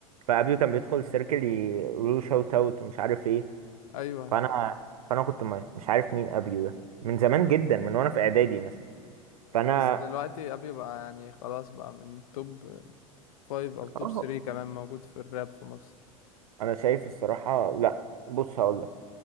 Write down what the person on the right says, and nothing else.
فابيو كان بيدخل السيركل يقولوا شوت اوت ومش عارف ايه
فانا فانا كنت ما- مش عارف مين ابيو ده من زمان جدا من وانا في اعدادي مثلا فانا
اه
انا شايف الصراحه لا بص هقول لك